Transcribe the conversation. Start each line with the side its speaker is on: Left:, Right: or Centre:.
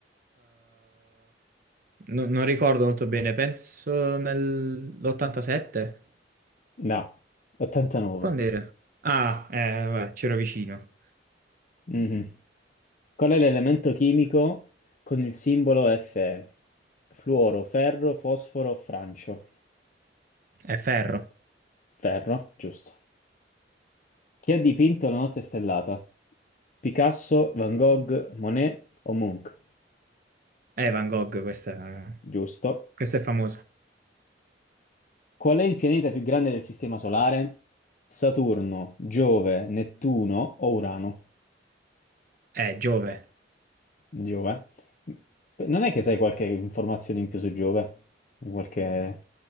Right: no- non ricordo molto bene, penso nell'87.
Left: No, 89.
Right: Quando era? Ah, eh, vabbè, c'ero vicino.
Left: Mhm. Qual è l'elemento chimico con il simbolo Fe? Fluoro, ferro, fosforo, francio.
Right: È Ferro.
Left: Ferro, giusto. Chi ha dipinto La notte stellata? Picasso, Van Gogh, Monet o Munch?
Right: È Van Gogh, questa,
Left: Giusto.
Right: questa è famosa.
Left: Qual è il pianeta più grande del Sistema Solare? Saturno, Giove, Nettuno o Urano?
Right: È Giove.
Left: Giove. Non è che sai qualche informazione in più su Giove? Qualche